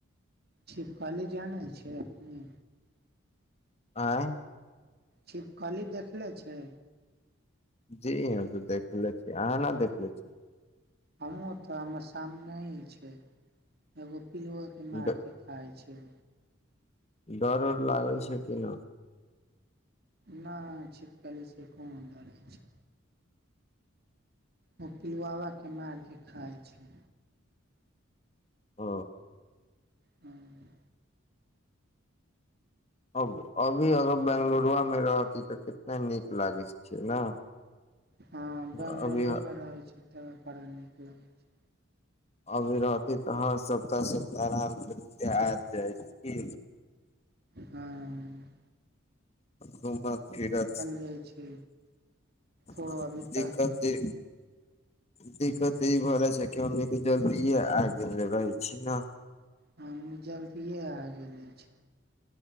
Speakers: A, on the right; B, on the left.
A: छिवकली जानै छिय अपने?
B: आँय्।
A: छिपकली देखने छै?
B: जी हम त देखले छिय अहाँ ने देखले छी?
A: हमो तऽ आमे सामने ह छै एगो। पिलुआ के मार
B: ड-
A: के खाइ अच्छा!
B: डर उर लागै छै कि न?
A: नहि छिपकलीसँ कोन डरै छै, ओ पिलुआव के मारि कऽ खाइ छै।
B: ह।
A: हँ।
B: अब अभी अगर बेंगलुरुआमे रह तऽ कितना नीक लागै छै न
A: हँ बंगलोरे
B: अभी।
A: मे रहै छै तऽ पढ़ा नीक लगै छै।
B: अभी रहती तऽ हर सप्ताह सप्ताह आरामसँे आब जाय कि
A: हाँ।
B: घूमत फिरत
A: जाइ छी ओ
B: अ
A: अभी तऽ
B: दिक्कत इ दिक्कत इ भ जाय छै की, हमनी के जल्दीये आ गेल रही। छै न
A: हमनी जल्दीये आ <unintelligible> छै,